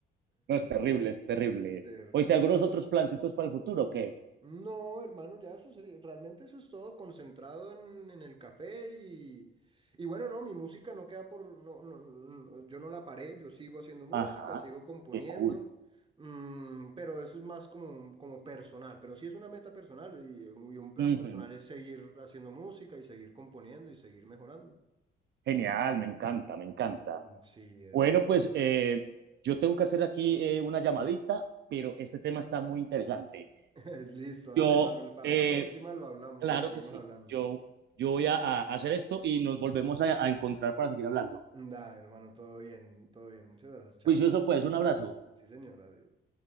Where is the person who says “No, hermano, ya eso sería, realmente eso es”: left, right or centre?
Right